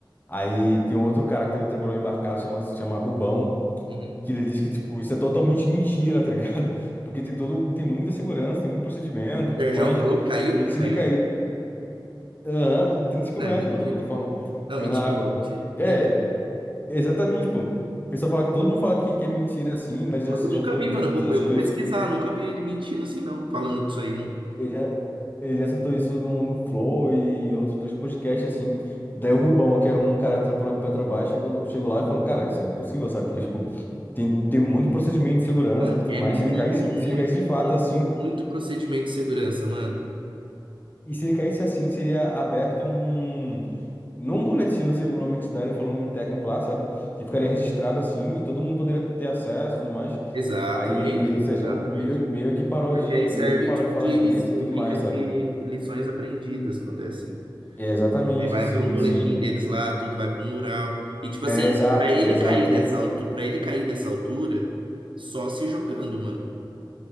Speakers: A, on the left (about 25°); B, on the right (about 80°).
A: Aí tem outro cara que também trabalhou embarcado, chama, chama Rubão,
B: Uhum.
A: que ele diz que, tipo, isso é totalmente mentira, <laughs> tá ligado? Porque tem todo, tem muita segurança, tem muito procedimento
B: O
A: e
B: Sérgio
A: tudo mais.
B: falou, caiu,
A: E que
B: caiu
A: se ele cair, aham, 35
B: É
A: metros,
B: mentira.
A: pô, da plataforma,
B: Não,
A: caiu
B: mentira,
A: na água.
B: mentira,
A: É,
B: mentira.
A: exatamente, pô. O pessoal fala que todo mundo fala que, que é mentira assim, mas já,
B: Nossa,
A: já,
B: eu nunca vi, mano.
A: já,
B: Eu vou,
A: já soltou
B: eu vou pesquisar,
A: isso.
B: nunca vi ele mentindo assim, não, falando disso aí, não.
A: Ele já, ele já soltou isso no, no Flow e em outros dois podcasts, assim. Daí o Rubão, que é um cara que trampou na Petrobras, chegou, chegou lá e falou, cara, isso é impossível, sabe? Porque, tipo, tem, tem muito procedimento de segurança
B: Mano,
A: e tudo
B: é
A: mais.
B: muito,
A: Se ele caísse,
B: muito,
A: se ele caísse de fato
B: muito,
A: assim,
B: muito procedimento de segurança, mano.
A: e se ele caísse assim, seria aberto um... Não um boletim, não sei o nome que se dá, ele falou o nome técnico lá, sabe? Que ficaria
B: Uhum.
A: registrado assim, e todo mundo poderia ter acesso e tudo mais.
B: Exatamente,
A: Aí, ou seja,
B: exatamente.
A: é um- meio, meio que parou
B: Porque
A: de,
B: aí serve,
A: meio que parou
B: tipo,
A: de falar
B: de,
A: disso
B: li-
A: e tudo
B: fica
A: mais,
B: de
A: sabe?
B: lições aprendidas quando é assim.
A: É, exatamente,
B: Aí vai
A: sim,
B: para um boletim
A: sim.
B: deles lá, tudo vai para um mural. E, tipo
A: É,
B: assim,
A: exato,
B: pra ele
A: exato.
B: cair dessa altura, para ele cair dessa altura, só se jogando, mano.